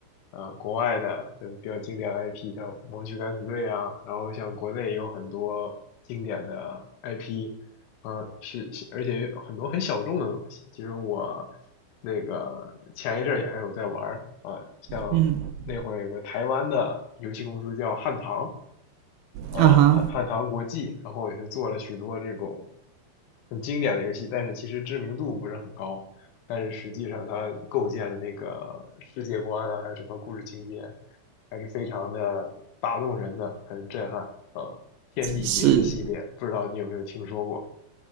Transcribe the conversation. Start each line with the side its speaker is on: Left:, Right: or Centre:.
Left: 呃国外的像比较经典的 IP，像《盲区敢死队》啊，然后像国内也有很多经典的 IP，啊，是，是而且有很多很小众的东西。其实我那个前一阵儿也还有在玩儿啊，像那会儿有个台湾的游戏公司叫汉唐，
Right: 嗯，
Left: 啊，
Right: 啊哈，
Left: 汉汉唐国际，然后也是做了许多这种很经典的游戏，但是其实知名度不是很高，但是实际上它构建的那个世界观啊，还有整个故事情节，还是非常的打动人的，很震撼啊。天地劫的系列，
Right: 是
Left: 不知道你有没有听说过？